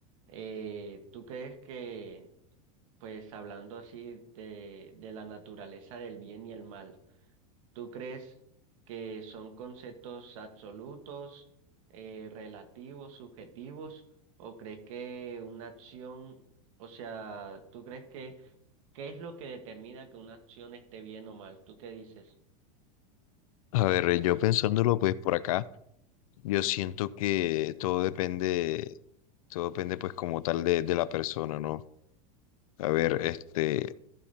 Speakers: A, on the right; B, on the left.
A: eh, ¿tú crees que, pues hablando así de, de la naturaleza del bien y el mal, ¿tú crees que son conceptos absolutos, eh, relativos, subjetivos, o crees que una acción, o sea, ¿tú crees que, qué es lo que determina que una acción esté bien o mal? ¿Tú qué dices?
B: A ver, yo pensándolo pues por acá. Yo siento que todo depende, todo depende pues como tal de, de la persona, ¿no? A ver, este,